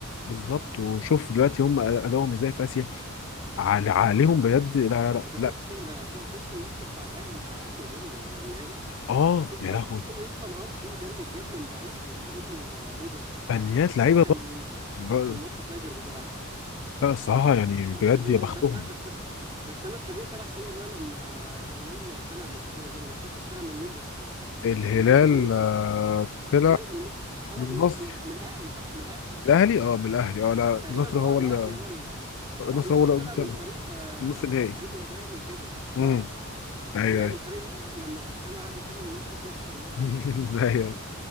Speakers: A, on the left; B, on the right.
A: بالظبط وشوف دلوقتي هم ادائهم ازاي في اسيا عل- عليهم بجد لا لا لا
B: انت
A: لا.
B: شفت ال... شو- شفت الماتش بتاع الاهلي بتاع اسيا ده ال- النهائي
A: اه
B: شفت
A: يا
B: اول
A: لهوي
B: جون يا اسطى الار 2 ده اللي اتجاب من بعيد يا دين امي ده ايه ده
A: فنيات لعيبه
B: ده كان
A: بقى
B: كان
A: بقى-
B: كان ماتش فاجر بصراحه
A: لا الصراحه يعني
B: بس
A: بجد
B: ال...
A: يا بختهم
B: بس بس بس انا اتفاجئت انا احسن والله لما الهلال طلع من البطوله دي انا مش فاكر طلع من مين بس
A: الهلال
B: الهلال ده جامد
A: آه،
B: فشخ
A: طلع
B: الهلال الم... طلع
A: من
B: من
A: النصر
B: نص النهائي من الاهلي صح من الاهلي
A: الاهلي اه من الاهلي اه لا
B: تقريبا
A: النصر
B: اه
A: هو
B: الاهلي
A: اللي
B: هو ال
A: النصر
B: اه النصر
A: هو اللي
B: طلع
A: طلع
B: من فريق آه
A: نص النهائي
B: فريق ياباني كده اه
A: امم ايوه
B: طلع من
A: ايوه
B: فريق لما كريستيانو قعد يكلم نفسه في نص الملعب
A: <laughs> ايوه